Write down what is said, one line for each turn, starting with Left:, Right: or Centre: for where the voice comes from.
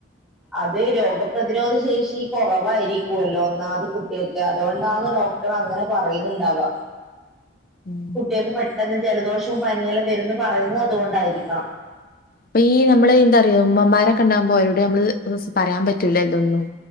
Centre: അത് രോഗപ്രതിരോധ ശേഷി കുറവായിരിക്കുവല്ലോ ഒന്നാമത് കുട്ടിയൊക്കെ അതുകൊണ്ടാ ഡോക് കുട്ടിയോൾ അങ്ങനെ പറയുന്നുണ്ടവാ
Left: ഉം.
Centre: കുട്ടിൾക്കെ പഠി പെട്ടെന്ന് ജലദോഷവും പനിയെല്ലാം വരുംന്ന് പറയുന്നത് അതുകൊണ്ടായിരിക്കണം
Left: അപ്പൊ ഈ നമ്മള് എന്താറയോ ഉമ്മമാരൊക്കെണ്ടാവുമ്പോ അവരോടെ നമ്മള് പറയാൻ പറ്റൂല ഇതൊന്നും